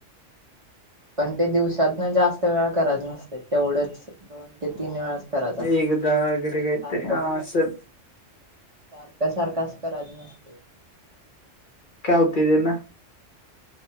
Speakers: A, on the right; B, on the left.
A: पण ते दिवसात ना जास्त वेळ करात नसते तेवढंच. दोन ते तीन वेळास करायच असते
B: एकदा
A: सारखं
B: वगैरे काहीतरी हा
A: पण
B: असं
A: सारख्या सारखा अस करायचं नसत.
B: काय होते देे ना!